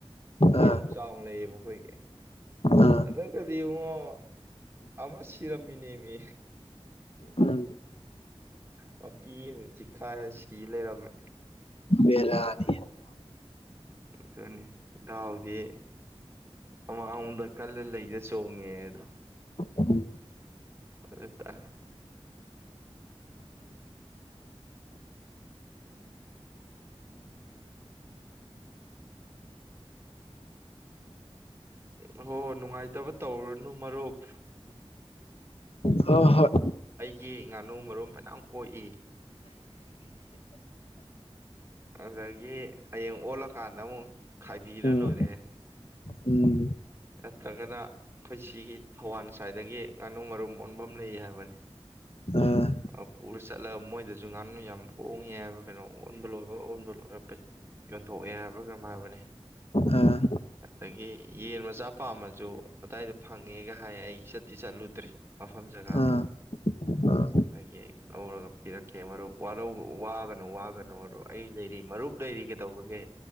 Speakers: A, on the right; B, on the left.
A: ꯄꯨꯈ꯭ꯔꯤ
B: ꯑꯥ
A: ꯑꯗꯨꯝ ꯆꯥꯎꯅ ꯂꯩꯌꯦꯕ ꯑꯩꯈꯣꯏꯒꯤ
B: ꯑꯥ
A: ꯑꯗꯒꯗꯤ ꯏꯕꯨꯡꯉꯣ ꯑꯃ ꯁꯤꯔꯝꯃꯤꯅꯦ ꯃꯤ
B: ꯎꯝ
A: ꯃꯄꯤ ꯑꯝꯅ ꯆꯤꯛꯈꯥꯏꯔ ꯁꯤ ꯂꯩꯔꯝꯃꯦ
B: ꯃꯦꯔꯅꯤ
A: ꯃꯅꯦ ꯗꯥꯎꯗꯤ ꯃꯃꯥꯡꯂꯣꯝꯗ ꯀꯜꯂ ꯂꯩꯗ ꯆꯣꯡꯉꯦ ꯑꯗꯣ
B: ꯎꯝ
A: ꯑꯗꯇꯥꯥꯔꯦ ꯑꯣ ꯍꯣ ꯍꯣꯏ ꯅꯨꯡꯉꯥꯏꯇꯕ ꯇꯧꯔꯅꯨ ꯃꯔꯨꯞ
B: ꯍꯣꯢ ꯍꯣꯢ
A: ꯌꯦ ꯉꯥꯅꯨ ꯃꯔꯨꯝ ꯐꯅꯌꯥꯝ ꯀꯣꯛꯏ ꯑꯗꯒꯤ ꯍꯌꯦꯡ ꯑꯣꯜꯂꯀꯥꯟꯗ ꯑꯃꯨꯛ ꯈꯥꯏꯕꯤꯔ
B: ꯎꯝ
A: ꯂꯣꯏꯔꯦ
B: ꯎꯝ
A: ꯅꯠꯇ꯭ꯔꯒꯅ ꯑꯩꯈꯣꯏ ꯁꯤꯒꯤ ꯊꯋꯥꯟꯁꯥꯏꯗꯒꯤ ꯉꯥꯅꯨ ꯃꯔꯨꯝ ꯑꯣꯟꯕꯝ ꯂꯩ ꯍꯥꯏꯕꯅꯤ
B: ꯑꯥ
A: ꯑ ꯄꯨꯔ ꯆꯠꯂꯒ ꯃꯣꯏꯗꯁꯨ ꯉꯥꯅꯨ ꯌꯥꯝ ꯍꯣꯡꯉꯦ ꯍꯥꯏꯕ꯭ꯔꯥ ꯀꯩꯅꯣ ꯑꯣꯟꯕ ꯂꯣꯏꯕꯒ ꯑꯣꯟꯕ ꯂꯣꯏꯔ ꯄ ꯌꯣꯟꯊꯣꯛꯑꯦ ꯍꯥꯏꯕ꯭ꯔꯥ ꯀꯩꯅꯣꯝ ꯍꯥꯏꯕꯅꯦ
B: ꯑꯥ
A: ꯑꯗꯨꯗꯒꯤ ꯌꯦꯟ ꯃꯆꯥ ꯄꯥꯝꯃꯁꯨ ꯑꯗꯥꯏꯗ ꯐꯪꯉꯦꯒ ꯍꯥꯏ ꯑꯩ ꯆꯠꯇꯤ ꯆꯠꯂꯨꯗ꯭ꯔꯤ ꯃꯐꯝ ꯖꯒꯥꯗꯨ
B: ꯑꯥ ꯑꯥ
A: ꯑꯗꯒꯤ ꯉꯧꯔꯒ ꯄꯤꯔꯛꯀꯦ ꯃꯔꯨꯞ ꯋꯥꯔꯧ ꯋꯥꯒꯅꯨ ꯋꯥꯒꯅꯨ ꯃꯔꯨꯞ ꯑꯩ ꯂꯩꯔꯤ ꯃꯔꯨꯞ ꯂꯩꯔꯤ ꯀꯩꯗꯧꯕꯒꯦ